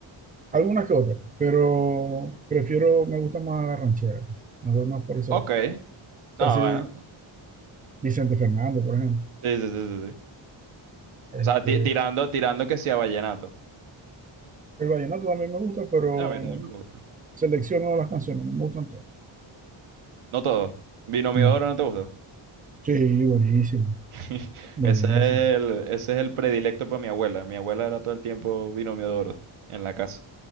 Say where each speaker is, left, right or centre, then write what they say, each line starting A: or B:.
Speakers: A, on the right; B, on the right.
A: Algunas que otras, pero prefiero, me gusta más la ranchera. Me voy más por ese
B: Ok.
A: lado. O
B: No,
A: sea, sí,
B: bueno.
A: Vicente Fernández, por ejemplo.
B: Sí, sí, sí, sí, sí. O
A: Este,
B: sea, ti- tirando, tirando que sea vallenato.
A: el vallenato también me gusta, pero
B: A mí también me gusta.
A: selecciono las canciones, no me gustan todas.
B: No todo. Binomio
A: No.
B: de oro no te gusta.
A: Sí, buenísimo,
B: <laughs>
A: buenísimo.
B: Ese es el, ese es el predilecto para mi abuela. Mi abuela era todo el tiempo binomio de oro en la casa.